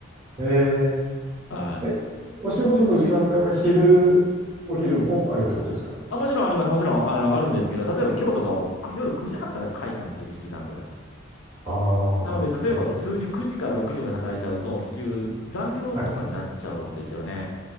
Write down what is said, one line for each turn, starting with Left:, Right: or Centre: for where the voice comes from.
Right: ど。え
Left: はい。
Right: ー、え、お仕事の時間帯は昼、お昼もあるってことですか
Left: あ、もちろんあります。もちろん、あの、あるんですけど、例えば今日とかはく夜9時半から会議なんですよ、1時間ぐらい。
Right: ああ、
Left: なので、例えば普通に9時から6時まで働いちゃうと、結局残業とかになっちゃうんですよね。
Right: はい。